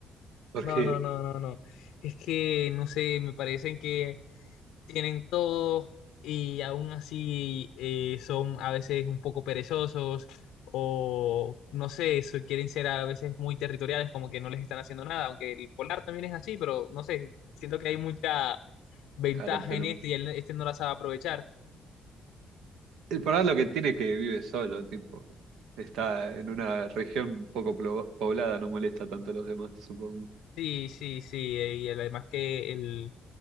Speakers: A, on the right; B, on the left.
A: Porque,
B: no, no, no, no, no. Es que, no sé, me parecen que tienen todo y aún así eh, son a veces un poco perezosos o no sé, so- quieren ser a veces muy territoriales, como que no les están haciendo nada, aunque el polar también es así, pero no sé, siento que hay mucha ventaja
A: claro, pero
B: en este y el- este no la sabe aprovechar.
A: el problema lo que tiene es que vive solo, tipo. Está en una región poco plo- poblada, no molesta tanto a los demás, supongo.
B: Sí, sí, sí, eh, y además que el